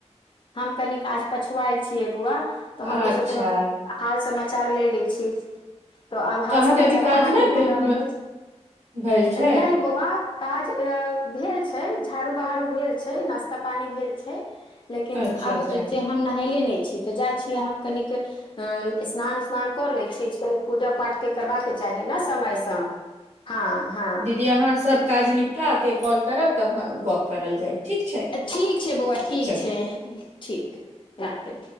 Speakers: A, on the left; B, on the right.
A: हम कनि आज पछुआएल छियै बौआ। तऽ
B: अच्छा
A: हम तऽ सोचलहुँ हाल समाचार ले लै छी तऽ आब हाल
B: अहाँके
A: समाचार
B: अभी काज
A: अहाँके
B: नहि भेट
A: हमरा भुज
B: भेल छै
A: नहि बौआ काज अ भेल छै झाड़ू बहारू भेल छै नाश्ता पानी भेल छै लेकिन
B: अच्छा
A: अब
B: अच्छा
A: जे हम नहयले नय छी तऽ जाय छीय हम कनिक अ स्नान उस्नान कर ले छी क पूजा पाठ के करबाद के चाही ने समयसँ हँ हँ
B: यहाँ सब काज निप टा के कॉल करब तब गप करल जाय ठीक छै
A: अ ठीक छै बौआ ठीक
B: चलू
A: छै ठीक राखै